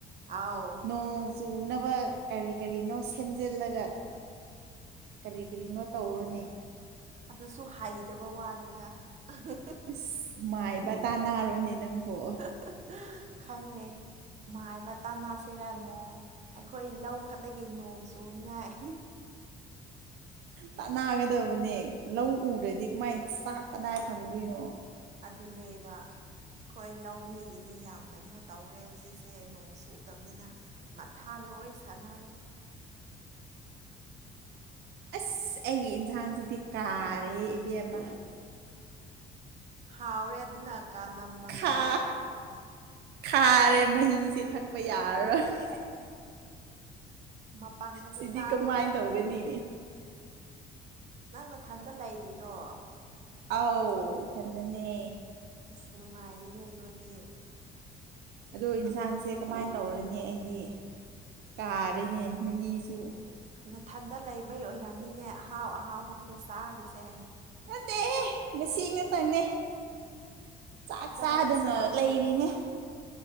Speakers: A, on the right; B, on the right.
A: ꯑꯥꯎ
B: ꯅꯣꯡ ꯆꯨꯅꯕ ꯀ꯭ꯔꯤ ꯀ꯭ꯔꯤꯅꯣ ꯁꯦꯝꯖꯤꯜꯂꯒ ꯀ꯭ꯔꯤ ꯀ꯭ꯔꯤꯅꯣ ꯇꯧꯔꯣꯅꯦ
A: ꯑꯗꯨꯁꯨ ꯍꯩꯗꯕ ꯋꯥꯅꯤꯅ ꯑꯍꯨ ꯍꯨ
B: ꯑꯁ ꯃꯥꯏꯕ ꯇꯥꯟꯅꯔꯣꯅꯦ ꯅꯪꯕꯨ
A: <unintelligible> ꯈꯪꯗꯦ ꯃꯥꯏꯕ ꯇꯅꯁꯤꯔꯥ ꯅꯣꯡ ꯑꯩꯈꯣꯏ ꯂꯧ ꯈꯛꯇꯒꯤ ꯅꯣꯡ ꯆꯨꯅꯉꯥꯏ
B: ꯇꯥꯟꯅꯒꯗꯕꯅꯦ ꯂꯧ ꯎꯗ꯭ꯔꯗꯤ ꯀꯃꯥꯏꯅ ꯆꯥꯛ ꯀꯗꯥꯏ ꯐꯪꯗꯣꯏꯅꯣ
A: ꯑꯗꯨꯅꯦꯕ ꯑꯩꯈꯣꯏ ꯂꯧꯃꯤꯒꯤꯗꯤ ꯌꯥꯝ ꯀꯩꯅꯣ ꯇꯧꯔꯦ ꯍꯧꯖꯤꯛ ꯁꯦ ꯅꯣꯡ ꯆꯨꯗꯕꯅꯤꯅ ꯃꯊꯥ ꯂꯣꯏ ꯁꯥꯟꯅꯔꯦ
B: ꯑꯁ ꯑꯩꯒꯤ ꯏꯟꯖꯥꯡꯁꯤꯗꯤ ꯀꯥꯔꯦꯍꯦ ꯏꯕꯦꯝꯃ
A: ꯍꯥꯎꯔꯦ ꯑꯗꯨꯅ ꯀꯥꯅꯝ ꯅꯝꯕꯗꯣ
B: ꯈꯥ ꯈꯥꯔꯦ ꯃꯍꯤꯁꯦ ꯊꯛꯄ ꯌꯥꯔꯔꯣꯏ
A: ꯃꯄꯪ ꯈꯛꯇ
B: ꯁꯤꯗꯤ
A: ꯆꯥꯔꯣꯗ
B: ꯀꯃꯥꯏ‌ ꯇꯧꯒꯅꯤ
A: ꯅꯪ ꯅꯊꯟꯇ ꯂꯩꯔꯤꯔꯣ
B: ꯑꯧ ꯏꯊꯟꯗꯅꯦ
A: ꯏꯁ ꯅꯨꯡꯉꯥꯏꯔꯦꯅꯦ ꯅꯣꯏꯗꯤ
B: ꯑꯗꯣ ꯏꯟꯖꯥꯡꯁꯦ ꯀꯃꯥꯏ ꯇꯧꯔꯅꯤ ꯑꯩꯗꯤ ꯀꯥꯔꯦꯅꯦ ꯃꯍꯤꯁꯨ
A: ꯅꯊꯟꯗ ꯂꯩꯕꯩ ꯑꯣꯏꯔꯝꯅꯤꯅꯦ ꯑꯍꯥꯎ ꯑꯍꯥꯎꯕꯒꯗꯣ ꯆꯥꯔꯤꯁꯦ
B: ꯇꯦꯍꯦ ꯉꯁꯤ ꯉꯥꯇꯪꯅꯦ ꯆꯥꯛ
A: ꯆꯥꯎ
B: ꯆꯥꯗꯅ
A: ꯆꯥꯎ
B: ꯂꯩꯔꯤꯅꯦ